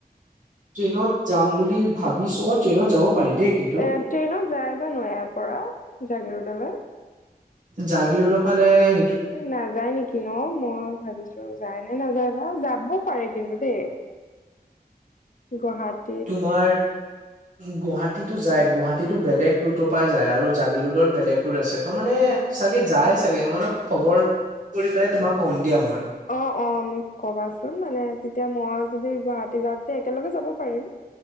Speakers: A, on the right; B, on the left.
A: ট্ৰেইনত যাম বুলি ভাবিছোঁ ট্ৰেইনত যাব পাৰি দেই কিন্তু।
B: এ ট্ৰেইনত যায় জানো ইয়াৰ পৰা জাগিৰোদলৈ।
A: জাগিৰোদৰ ফালে সেইটোত
B: নাযায় নেকি ন মই ভাবিছোঁ যায় নে নাযায় বা যাব পাৰে কিন্তু দেই।
A: <inaudible>
B: গুৱহাট
A: তোমাৰ গুৱাহাটীতো যায় গুৱাহাটীতো বেলেগ ৰোটৰ পৰা যায় আৰু জাগি ৰোদৰ বেলেগ ৰোট আছে ত মানে চাগে যায় চাগে মনত খবৰ কৰি পেলাই তোমাক ক'ম দিয়া মই।
B: অ', অ', মোক কবাচোন মানে তেতিয়া মই যদি গুৱাহাটী যাওঁ তেতিয়া একেলগে যাব পাৰিম।